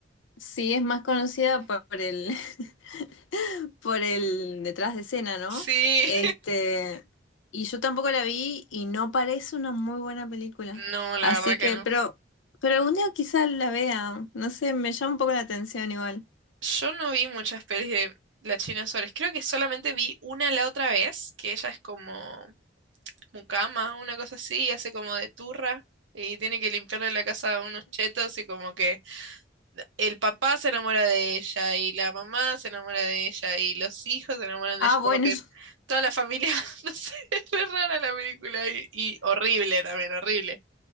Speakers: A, on the left; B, on the right.
A: Sí, es más conocida por por el, <laughs> por el detrás de escena, ¿no?
B: Sí,
A: Este, y yo tampoco la vi y no parece una muy buena película.
B: <laughs> no, la
A: Así
B: verdad
A: que,
B: que no.
A: pero, pero algún día quizás la vea. No sé, me llama un poco la atención igual.
B: Yo no vi muchas pelis de la China Suárez. Creo que solamente vi una la otra vez, que ella es como mucama, una cosa así, y hace como de turra y tiene que limpiarle la casa a unos chetos y como que el papá se enamora de ella y la mamá se enamora de ella y los hijos se enamoran
A: Ah,
B: de ella,
A: bueno,
B: como que
A: <laughs>
B: toda la familia, <laughs> no sé, es re rara la película y, y horrible también, horrible,